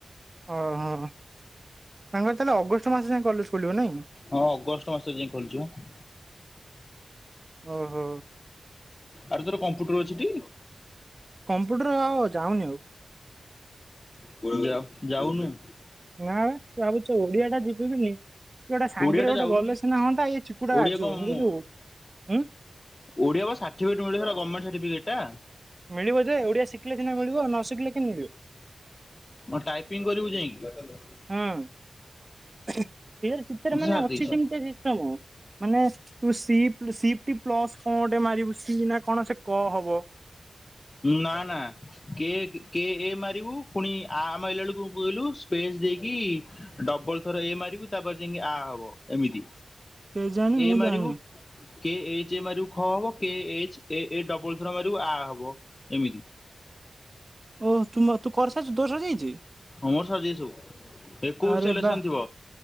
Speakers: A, on the right; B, on the left.
A: ଓହୋ ସାଙ୍ଗ ତାହେଲେ ଅଗଷ୍ଟ ମାସ ଯାଏଁ କଲେଜ ଖୋଲିବ ନାଇଁ?
B: ହଁ ଅଗଷ୍ଟ ମାସରେ ଯାଇ ଖୋଲୁଛି ବା।
A: ଓହୋ।
B: ଆରେ ତୋର କମ୍ପ୍ୟୁଟର ଅଛି ଟି?
A: କମ୍ପ୍ୟୁଟର ଆଉ ଯାଉନି ଆଉ।
B: <inaudible> ଯାଉନୁ।
A: ନା ବା ଭାବୁଛି ଆଉ ଓଡିଆ ଟା ଯିବି କି ନାଇ। ସେ ଗୋଟେ ସାଙ୍ଗରେ
B: ଓଡିଆ ଟା
A: ଗୋଟେ
B: ଯାଉନୁ
A: ଗଲେ ସିନା ହନ୍ତା ଏଇ ଚିକୁଟା
B: ଓଡିଆ
A: ରାଜି
B: କଣ
A: ହଉନି
B: ମୁଁ
A: କହୁଛ ହୁଁ।
B: ଓଡିଆ ପା ସାର୍ଟିଫିକେଟ ମିଳିଥିଲା ଗମେଣ୍ଟ ସାର୍ଟିଫିକେଟ ଟା?
A: ମିଳିବ ଯେ ଓଡିଆ ଶିଖିଲେ ସିନା ମିଳିବ ନ ଶିଖିଲେ କେମିତି ମିଳିବ।
B: ହଁ ଟାଇପିଂ କରିବୁ ଯାଇଁକି?
A: ହଁ ସେ ଭିତରେ ମାନେ
B: ଛାଡି
A: ଅଛି
B: ଦେଇଛ
A: ସେମିତି ଶିଶଟମ୍। ମାନେ ତୁ ସି ସି ପ୍ଲସ କଣ ଗୋଟେ ମାରିବୁ ସି ନା କଣ ସେ କ ହବ।
B: ନା ନା। କେ କେ ଏ ମାରିବୁ ପୁଣି ଆ ମରିଲା ବେଳକୁ କହିଲୁ ସ୍ପେସ ଦେଇକି ଡବଲ ଥର ଏ ମାରିବୁ ତାପରେ ଯାଇକି ଆ ହବ ଏମିତି
A: କେଜାଣି ମୁଁ
B: ଏ ମାରିବୁ।
A: ଜାଣିନି
B: କେ ଏଚ ଏ ମାରିବ ଖ ହବ କେ ଏଚ ଏ ଏ ଡବଲ ଥର ମାରିବ ଆ ହବ ଏମିତି।
A: ଓହ ତୁ ତୁ କରସାରିଛୁ ତୋର ସରି ଯାଇଛି?
B: ହଁ ମୋର ସରିଯାଇଛି ସବୁ ଏକ‌ଉସି
A: ଆରେ
B: ଟା ଲେସନ
A: ବା
B: ଥିବ।